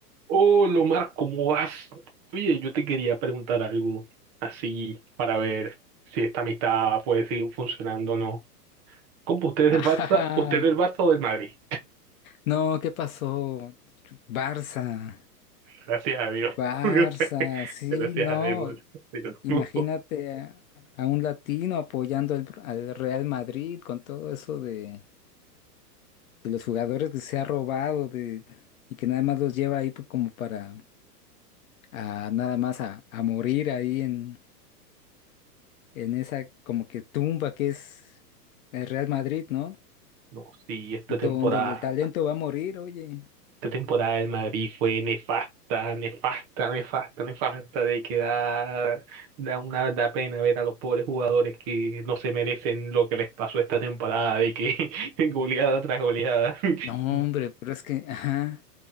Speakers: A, on the right (about 20°); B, on the left (about 55°).
A: Hola Omar, ¿cómo vas? Oye, yo te quería preguntar algo así para ver si esta amistad puede seguir funcionando o no. ¿Cómo usted es
B: Ah,
A: del Barça? ¿Usted es del Barça o del Madrid?
B: no, ¿qué pasó? Barça,
A: Gracias a Dios.
B: Barça,
A: <laughs>
B: sí,
A: Gracias
B: no.
A: a Dios. <laughs>
B: Imagínate a, a un latino apoyando al, al Real Madrid con todo eso de, de los jugadores que se ha robado de, y que nada más los lleva ahí pues, como para a, nada más a, a morir ahí en, en esa como que tumba que es el Real Madrid, ¿no?
A: No, sí, esta temporada
B: Donde el talento va a morir, oye.
A: Esta temporada del Madrid fue nefasta, nefasta, nefasta, nefasta, de que da, da una da pena ver a los pobres jugadores que no se merecen lo que les pasó esta temporada, de que <laughs> goleada tras goleada. <laughs>
B: No, hombre, pero es que, ajá.